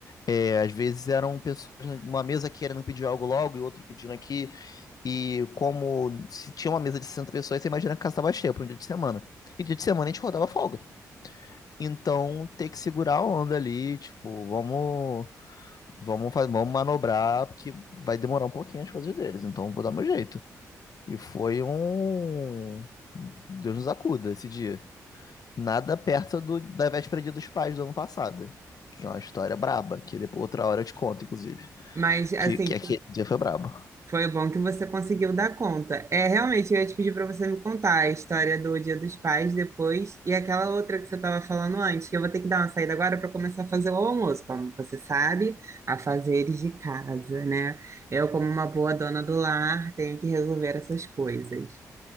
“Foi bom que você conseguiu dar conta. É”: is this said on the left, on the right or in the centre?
Right